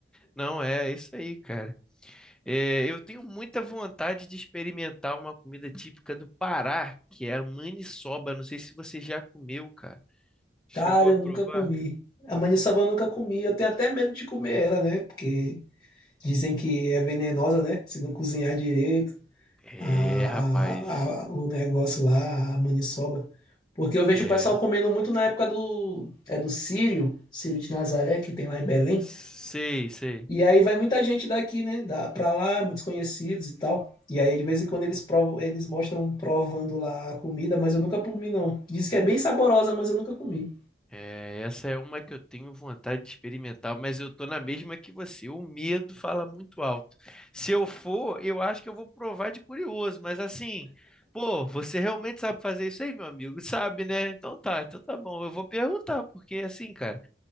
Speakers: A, in the centre; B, on the left.
A: Não, é isso aí, cara. É, eu tenho muita vontade de experimentar uma comida típica do Pará, que é a maniçoba. Não sei se você já comeu, cara. Chegou
B: Cara,
A: a
B: eu
A: provar?
B: nunca comi. A maniçoba eu nunca comi. Eu tenho até medo de comer ela, né? Porque dizem que é venenosa, né? Se não cozinhar direito,
A: É,
B: a,
A: rapaz.
B: a, a- o negócio lá, a maniçoba. Porque eu vejo
A: É,
B: o pessoal comendo muito na época do, é do Círio, Círio de Nazaré, que tem lá em Belém.
A: sei, sei.
B: E aí vai muita gente daqui, né? Da, pra lá, muitos conhecidos e tal. E aí de vez em quando eles provam, eles mostram provando lá a comida, mas eu nunca comi, não. Diz que é bem saborosa, mas eu nunca comi.
A: É, essa é uma que eu tenho vontade de experimentar, mas eu tô na mesma que você. O medo fala muito alto. Se eu for, eu acho que eu vou provar de curioso, mas assim, pô, você realmente sabe fazer isso aí, meu amigo? Sabe, né? Então tá, então tá bom. Eu vou perguntar, porque assim, cara.